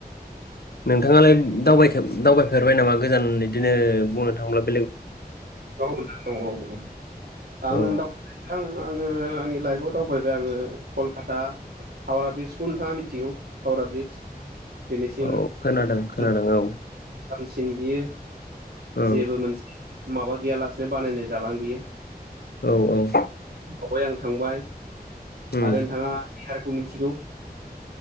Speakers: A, on the left; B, on the right.
A: नोंथाङालाय दावबायखेब दावबायफेरबाय नामा गोजान इदिनो बुंनो थां <unintelligible>
B: औ नोंगौ औ -औ आं
A: औ
B: दावबाय <unintelligible> <unintelligible> आंनि लाइफआव दावबायबाय आङो कलकाता हावराब्रिदजखौ नोंथाङा मिनथिगौ हावरा ब्रिदज दिनैसिम
A: औ खोनादों खोनादों
B: <unintelligible>
A: औ
B: सिन बियो
A: औ
B: जेबो मोनसे माबा गैयालासे बानायनाय दालां बियो
A: औ -औ
B: अइ आं थांबाय
A: उम
B: आरो नोंथाङा बिहार खौ मिनथिगौ